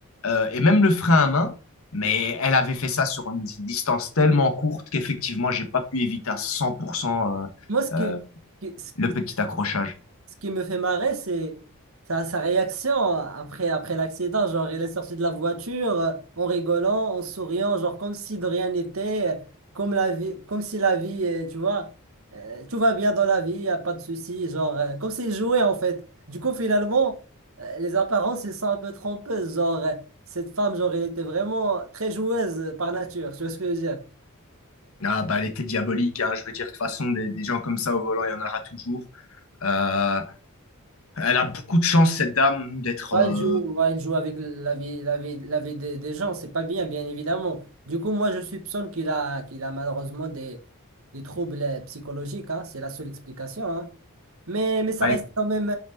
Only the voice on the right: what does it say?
Moi, ce que,
que- ce,
ce qui me fait marrer, c'est sa, sa réaction après, après l'accident. Genre, il est sorti de la voiture euh, en rigolant, en souriant, genre comme si de rien n'était, euh, comme la vie, comme si la vie, euh, tu vois, euh, tout va bien dans la vie, y a pas de souci, genre euh, comme s'il jouait en fait. Du coup, finalement, euh, les apparences, elles sont un peu trompeuses. Genre, euh, cette femme, genre, elle était vraiment très joueuse euh, par nature. Tu vois ce que je veux dire?
Ouais,
il joue, ouais, il joue avec la vie, la vie, la vie des, des gens, c'est pas bien, bien évidemment. Du coup, moi, je soupçonne qu'il a, qu'il a malheureusement des, des troubles euh, psychologiques, hein, c'est la seule explication, hein. Mais, mais ça
reste quand même,